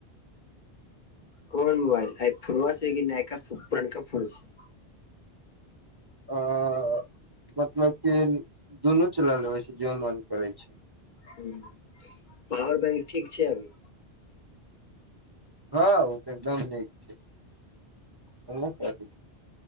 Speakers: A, on the left; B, on the right.
A: कोन मोबाइल आइ फोनबा छियै, कि नैयका फो पुरनका फोन छै
B: अऽ मतलब कि दुनू चलैय लैबैय छियै, जे मोन करैय छैय।
A: हूँ पावर बैंक ठीक छैय, अभी।
B: हँ उ ते एकदम नीक छैय, बहुत अधिक।